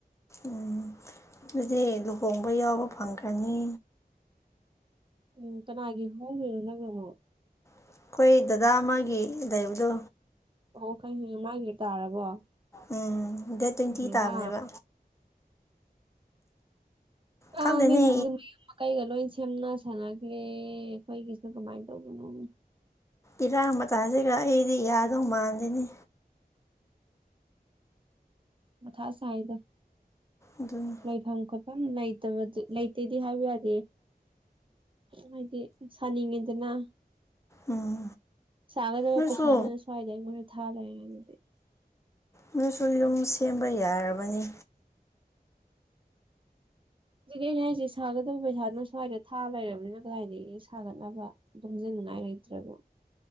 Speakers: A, on the left; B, on the right.
A: ꯎꯝ ꯑꯗꯨꯗꯤ ꯂꯨꯍꯣꯡꯕ ꯌꯥꯎꯕ ꯐꯪꯈ꯭ꯔꯅꯤ
B: ꯎꯝ ꯀꯅꯥꯒꯤꯦ ꯍꯣꯡꯕꯤꯣ ꯅꯪꯅ ꯑꯃꯣ
A: ꯑꯩꯈꯣꯏ ꯗꯗꯥ ꯑꯃꯒꯤꯗꯥꯏꯕꯗꯣ
B: ꯑꯣ ꯈꯪ ꯍ ꯃꯥꯒꯤ ꯇꯥꯔꯕꯣ
A: ꯎꯝ ꯗꯦꯠ ꯇ꯭ꯋꯦꯟꯇꯤ
B: ꯈꯪꯉꯦꯗ
A: ꯇꯥꯕꯅꯦꯕ
B: ꯑ
A: ꯈꯪꯗꯦꯅꯦ
B: ꯃꯤꯁꯤꯡ ꯃꯌꯃ ꯀꯒꯂꯣ ꯁꯦꯝꯅ ꯁꯥꯟꯅꯈ꯭ꯔꯦ ꯑꯩꯈꯣꯏꯒꯤꯁꯤꯅ ꯀꯃꯥꯏꯅ ꯇꯧꯕꯅꯣ
A: ꯏꯔꯥꯡ ꯃꯇꯁꯤꯒ ꯑꯩꯗꯤ ꯌꯥꯗꯧ ꯃꯥꯟꯗꯅꯤ
B: ꯃꯊꯥ ꯁꯥꯏꯗ
A: ꯑꯗꯨꯅꯤ
B: ꯂꯩꯐꯝ ꯈꯣꯄ ꯝ ꯂꯩꯇꯕ ꯂꯩꯇꯦꯗꯤ ꯍꯥꯏꯕ ꯌꯥꯗꯦ ꯍꯥꯏꯗꯤ ꯁꯥꯅꯤꯡꯉꯤꯗꯅ
A: ꯎꯝ
B: ꯁꯥꯒꯗ
A: ꯅꯣꯏꯁꯨ
B: ꯄꯩ ꯁꯥꯗꯗ ꯁꯋꯥꯗ ꯃꯅ ꯊꯔꯥꯏꯗꯤ
A: ꯅꯣꯏꯁꯨ ꯌꯨꯝ ꯁꯦꯝꯕ ꯌꯥꯔꯕꯅꯤ
B: ꯍꯧꯖꯤꯛ ꯑꯩꯅ ꯍꯥꯏꯁꯤ ꯁꯥꯒꯗꯕ ꯄꯩꯁꯥꯗꯨꯅ ꯁ꯭ꯋꯥꯏꯗ ꯊꯥ ꯂꯩꯔꯕꯅꯤꯅ ꯀꯗꯥꯏꯗꯒꯤ ꯁꯥꯒꯠꯅꯕ ꯑꯗꯨꯝ ꯅꯥ ꯂꯩ ꯏꯇ꯭ꯔꯕꯣ